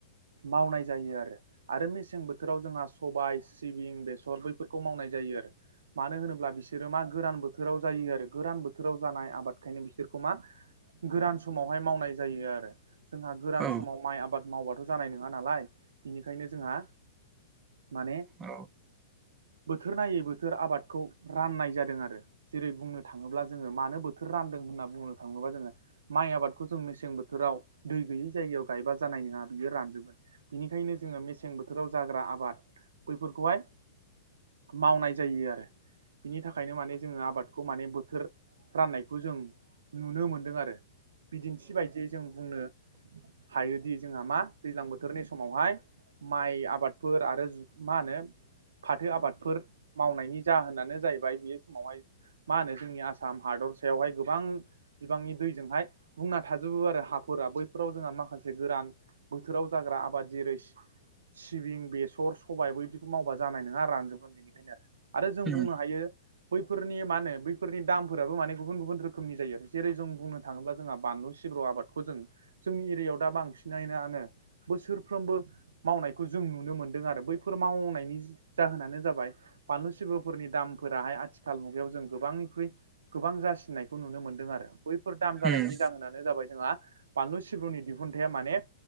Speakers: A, on the right; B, on the right.
A: मावनाय जायो आरो आरो मेसें बोथोराव जोंहा सबाय सिबिं बेसर बैफोरखौ मावनाय जायो आरो मानो होनोब्ला बिसोरो मा गोरान ब बोथोराव जायो आरो गोरान बोथोराव जानाय आबादखायनो बिसोरखौ मा गोरान मावहाय मावनाय जायो आरो जोंहा गोरान
B: औ
A: समाव माइ आबाद मावबा जानाय नङा नालाय बेनिखायनो जोंहा माने
B: औ
A: बोथोर नायै बोथोर आबादखौ राननाय जादों आरो जेरै बुंनो थाङोब्ला जोङो मानो बोथोर रानदों होन्ना बुंनो थाङोबा जोङो माइ आबादखौ जों मेसें बोथोराव दै गैयि जायगायाव गायबा जानाय नङा बियो रानजोबगोन। बिनिखायनो जोङो मेसें बोथोराव जाग्रा आबाद बैफोरखौहाय मावनाय जायो आरो। बिनि थाखायनो माने जोङो आबादखौ माने बोथोर राननायखौ जों नुनो मोनदों आरो। बिदिन्थि बायदियै जों बुंनो हायोदि जोंहा मा दैज्लां बोथोरनि समावहाय माइ आबादफोर आरो मा होनो फाथो आबादफोर मावनायनि जाहोनानो जाहैबाय बे समावहाय मा होनो जोंनि आसाम हादर सायावहाय गोबां बिबांनि दैजोंहाय बुंना थाजोबो आरो हाफोरा बैफोराव जोंहा माखासे गोरान बोथोराव जाग्रा आबाद जिरैस सिबिं, बेसर, सबायबो बिदिखौ मावबा जानाय नङा रानजोबगोन बेनिखायनो आरो। आरो जों
B: उम
A: बुंनो हायो बैफोरनि मा होन बैफोरनि दामफोराबो माने गुबुन गुबुन रोखोमनि जायो। जेरै जों बुंनो थाङोब्ला जोंहा बानलु सिब्र' आबाद जों जोंनि एरियायाव दा बांसिननानो बोसोरफ्रोमबो मावनायखौ जों नुनो मोनदों आरो बैफोर मावनायनि जाहोनानो जाबाय बानलु सिब्रफोरनि दामफोराहाय आथिखाल मुगायाव जों गोबांनिख्रुइ गोबां जासिननायखौ नुनो मोन्दों आरो। बैफोर दाम जानायनि
B: उम
A: जाहोनानो जाबाय जोंहा बानलु सिब्रुनि दिहुनथाया माने